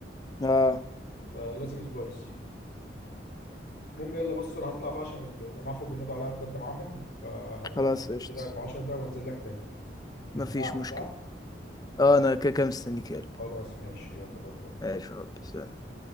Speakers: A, on the left; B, on the left.
A: اه
B: فلازم سبايسي المهم يلا بص انا هطلع بقى عشان الجماعه فوق بينادوا عليا اتغدى معاهم فهتغدى
A: خلاص
B: بس
A: قشطة
B: كده في 10 دقايق وانزل لك تاني
A: مفيش
B: انت قاعد
A: مشكلة
B: صح
A: اه انا كده كده مستنيك يا قلبي
B: خلاص ماشي يلا باي باي
A: ماشي يا رب سلام